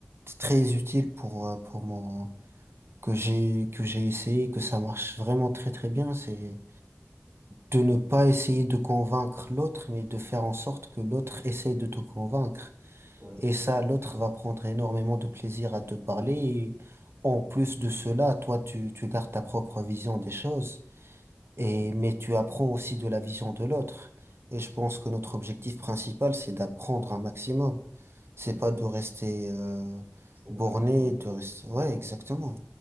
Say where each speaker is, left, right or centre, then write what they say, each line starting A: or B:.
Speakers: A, on the right; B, on the right.
A: très utile pour, euh, pour mon, que j'ai, que j'ai essayé, que ça marche vraiment très très bien, c'est de ne pas essayer de convaincre l'autre, mais de faire en sorte que l'autre essaye de te convaincre.
B: Ouais,
A: Et ça, l'autre va prendre énormément de plaisir à te parler. Et en plus de cela, toi, tu, tu gardes ta propre vision des choses, et, mais tu apprends aussi de la vision de l'autre. Et je pense que notre objectif principal, c'est d'apprendre un maximum. C'est
B: c'est vrai.
A: pas de rester euh,
B: Faut
A: borné,
B: pas être borné.
A: de rester...
B: Voilà.
A: Ouais, exactement.